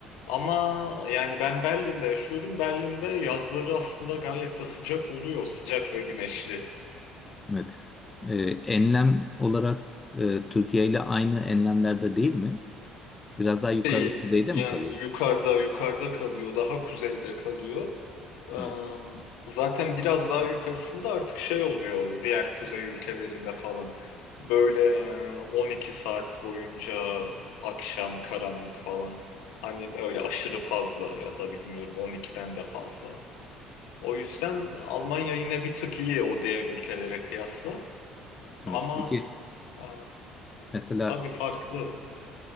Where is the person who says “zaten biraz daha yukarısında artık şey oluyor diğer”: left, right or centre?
Left